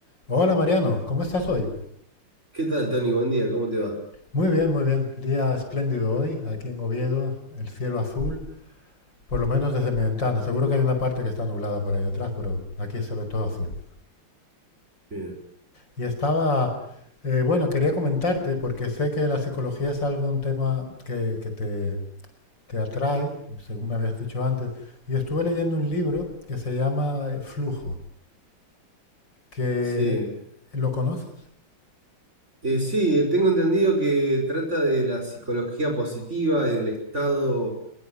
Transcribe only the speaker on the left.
Hola Mariano, ¿cómo estás hoy?
Muy bien, muy bien. Día espléndido hoy, aquí en Oviedo, el cielo azul, por lo menos desde mi ventana. Seguro que hay una parte que está nublada por ahí detrás, pero aquí se ve todo azul.
Y estaba, eh, bueno, quería comentarte porque sé que la psicología es algo, un tema que, que te, te atrae, según me habías dicho antes, y estuve leyendo un libro que se llama eh, Flujo, que
¿lo conoces?